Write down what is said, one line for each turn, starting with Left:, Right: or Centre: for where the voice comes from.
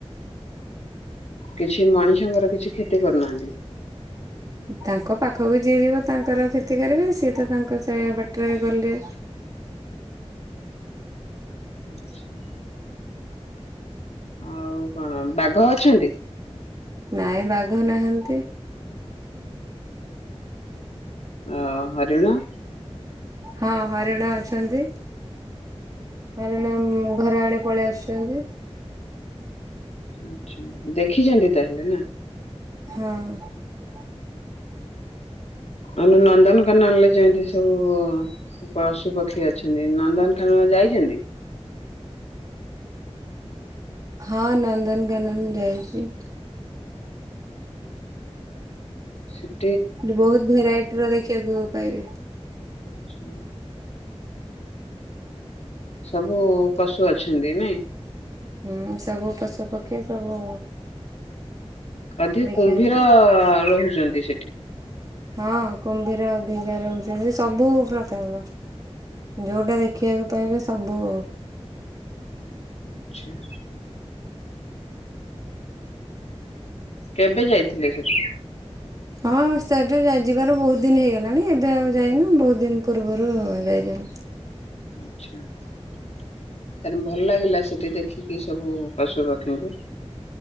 Left: କିଛି ମଣିଷଙ୍କର କିଛି କ୍ଷତି କରୁନାହାନ୍ତି।
Right: ତାଙ୍କ ପାଖକୁ ଯିଏ ଯିବ ତାଙ୍କର କ୍ଷତି କରିବେ ସିଏ ତ ତାଙ୍କ ସେ ବାଟରେ ଗଲେ
Left: ଆଛା ଆଉ କଣ ବାଘ ଅଛନ୍ତି।
Right: ନାଇଁ ବାଘ ନାହାନ୍ତି।
Left: ଅ ହରିଣ
Right: ହଁ ହରିଣ ଅଛନ୍ତି। ମରଣ ଘର ଆଡେ ପଳେଇ ଆସୁଛନ୍ତି।
Left: ଆଛା ଦେଖିଛନ୍ତି ତାହେଲେ ନା
Right: ହଁ
Left: ହଁ ଆ ନନ୍ଦନକାନନରେ ଯେମିତି ସବୁ ପଶୁପକ୍ଷୀ ଅଛନ୍ତି ନନ୍ଦନକାନନ ଯାଇଛନ୍ତି।
Right: ହଁ ନନ୍ଦନକନନ ଯାଇଛି।
Left: ସତ
Right: ବହୁତ ଭେରାଇଟି ର ଦେଖିବାକୁ ପାଇାଇରେ
Left: ଆଛା ସବୁ ପଶୁ ଅଛନ୍ତି ନାଇଁ
Right: ହୁଁ ସବୁ ପଶୁ ପକ୍ଷୀ ସବୁ
Left: ଅଧିକ
Right: ଦେଖିବାକୁ
Left: କୁମ୍ଭୀର
Right: ପାଇବେ।
Left: ରହୁଛି। ସେଠି
Right: ହଁ କୁମ୍ଭୀର ଦିିକ ର ହଉଛନ୍ତି ସବୁ ପ୍ରକାରର ଯୋଉଟା ଦେଖିବାକୁ ପାଇବେ ସବୁ।
Left: ଆଛା କେବେ ଯାଇଥିଲେ ସେଠି
Right: ହଁ ସେଠା ଯିବାର ବହୁତ ଦିନ ହେଇଗଲାଣି ଏବେ ଆଉ ଯାଇନ ବହୁତ ଦିନ ପୂର୍ବରୁ ଯାଇଅ
Left: ଆଛା ତାେଲେ ଭଲ ଲାଗିଲା ସେଠି ଦେଖିକି ସବୁ ପଶୁପଖୀଙ୍କୁ